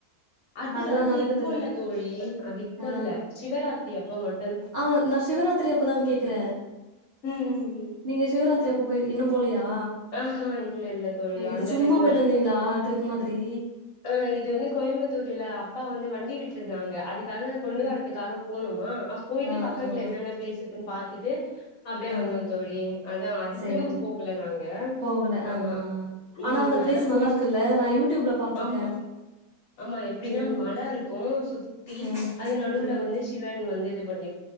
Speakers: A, on the left; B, on the right.
A: அது
B: அதெல்லா
A: அது
B: நடக்குதுல்ல
A: இப்ப இல்ல தோழி அது இப்ப
B: ஆ
A: இல்ல சிவராத்திரி அப்ப ம
B: ஆ நா சிவராத்திரி அப்பதா கேக்கற
A: ம் ம் ம்
B: நீங்க சிவராத்திரி அப்ப போயி இன்னு போலயா
A: ஆ ஹா இல்ல இல்ல தோழி
B: இது
A: அந்த
B: சும்மா
A: டைம்லலா
B: போய்ட்டு வந்திங்களா ட்ரிப் மாதிரி
A: ஆ இது வந்து கோயம்புத்தூரில அப்பா வந்து வண்டி விட்ருந்தாங்க அதுக்காக கொண்டு
B: ம்.
A: வரதுக்காக போனுமா அ போயிட்டு
B: ஆ ஆ
A: பக்கத்துல என்னென்ன பிளேஸ் இருக்குன் பாத்துட்டு அப்டியே
B: ஆ
A: வந்தோ தோழி அதா அதுக்குனு
B: சேரி
A: போகல நாங்க
B: போகல ஆ
A: ஆமா
B: ஆ ஆ
A: ம்
B: ஆனா அந்த பிளேஸ்
A: அதா
B: நல்லா
A: போயிட்டு
B: இருக்குல்ல நா யூடியூப்ல பாத்திருக்கே
A: ஆமா ஆமா எப்டின்னா
B: ம்
A: மல இருக்கு சுத்தி
B: ம்
A: அது நடுவுல
B: ம்
A: வந்து சிவன் வந்து இது பண்ணி